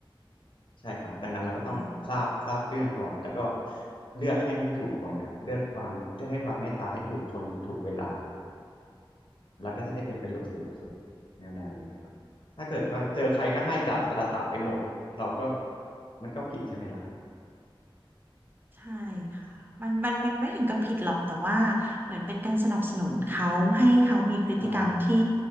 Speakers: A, on the left; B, on the right.
A: ใช่ครับดังนั้นเราก็ต้องทราบทราบเรื่องก่อนแล้วก็
B: เลย
A: เลือกให้ที่ถูกคนนะครับเลือกความเลือกให้ความเมตตาให้ถูกคนถูกเวลา แล้วก็จะได้เป็นประโยคสนุกสุดแนวแนวนี้ครับถ้าเกิดว่าเจอใครก็ให้ด่าสละตะไปหมดเราก็มันก็ผิดใช่ไหมล่ะครับ
B: ใช่ค่ะมันมันมันไม่ถึงกับผิดหรอกแต่ว่าเหมือนเป็นการสนับสนุนเขาให้เขามีพฤติกรรมที่
A: ใช่